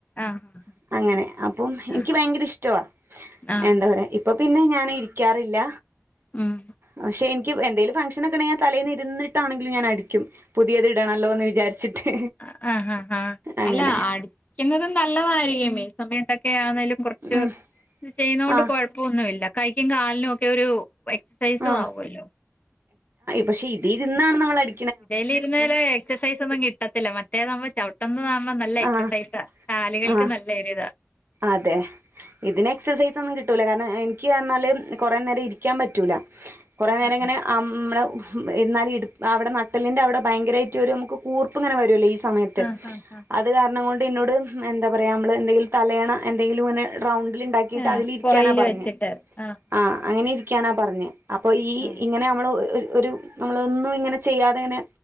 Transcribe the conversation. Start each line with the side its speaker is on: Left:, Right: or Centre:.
Left: ആഹ്
Right: ഉ അങ്ങനെ അപ്പം എനിക്ക്
Left: ആഹ്
Right: ഭയങ്കര ഇഷ്ടവാ
Left: ആഹ്
Right: എന്താ പറയാ ഇപ്പൊ പിന്നെ ഞാന് ഇരിക്കാറില്ല
Left: ഉം
Right: പക്ഷെ എനിക്ക് എന്തേലും ഫംഗ്ഷനൊക്കെഉണ്ടേൽ തലേന്നിരുന്ന് ഇട്ടാണെങ്കിലും ഞാൻ അടിക്കും പുതിയത് ഇടണല്ലോ ന്ന് വിചാരിച്ചിട്ട്
Left: ആ ആഹഅല്ല
Right: അങ്ങനെ
Left: അടിക്കുന്നതും നല്ലതായിരിക്കും സമയത്തൊക്കെ ആണേലും കുറച്ച്
Right: ഉം
Left: ചെയ്യുന്നോണ്ട്
Right: ആഹ്
Left: കുഴപ്പൊന്നുല്ല കൈക്കും കാലിനെക്കയൊരു എക്സസൈസുആവൊല്ലൊ
Right: ആഹ് പക്ഷെ ഇതിരിന്നാണ് നമ്മള ടി
Left: ഇതിലിരുന്നാല് എക്സസൈസൊന്നും കിട്ടത്തില്ല മറ്റേതാവുമ്പോ ചവിട്ടുന്ന താവുമ്പോ നല്ല എക്സസൈസാ
Right: ആഹ്
Left: ആളുകൾക്ക്
Right: ആഹ്
Left: നല്ലൊരി ദ
Right: അതെ ഇതിന് എക്സസൈസൊന്നും ട്ടൂലകാരണം എനിക്ക് ന്നർഞ്ഞാല്കുറേ നേരം ഇരിക്കാൻ പറ്റൂല കുറേ നേരം
Left: ആഹ്
Right: ഇങ്ങനെ അമ്മെള് എന്നാലും ഇടുപ്പ് അവിടെ നട്ടലി്ന്റെ അവിടെ ഭയങ്കരായിട്ട് ഒരു നമുക്കൊരു കൂർപ്പ്ങ്ങനെ വരുല്ലോ ഈ സമയത്ത്
Left: ആഹ് ആഹ് ആഹ്
Right: അത് കാരണം കൊണ്ടെ ന്നോട് എന്താ പറയാ നമ്മള് എന്തെങ്കിലും തലയണ എന്തെങ്കിലും ഇങ്ങനെ റൗണ്ടിൽ ഇണ്ടാക്കിട്ട്
Left: ആഹ്
Right: അതിലിരിക്കാനാ
Left: പുറയില്
Right: പറഞ്ഞെ
Left: വെച്ചിട്ട് ആഹ്
Right: ആ അങ്ങനെ ഇരിക്കാനാ പറഞ്ഞെ അപ്പൊ ഈ
Left: ആഹ്
Right: ഇങ്ങനെ നമ്മള് ഒരു ഒരുനമ്മളൊന്നും ഇങ്ങനെ ചെയ്യാതെ ങ്ങനെ